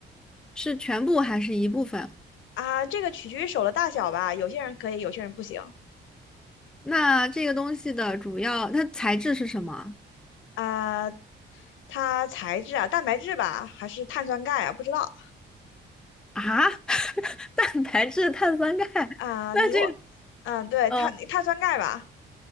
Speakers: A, in the centre; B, on the left (about 80°).
A: 是全部还是一部分？
B: 啊，这个取决于手的大小吧，有些人可以，有些人不行。
A: 那这个东西的主要它材质是什么
B: 啊、它材质啊，蛋白质吧，还是碳酸钙啊？不知道
A: 啊？<laughs> 蛋白质、碳酸钙？<laughs>
B: 啊、
A: 那这个。
B: 你给我，嗯、对，
A: 哦
B: 碳碳酸钙吧，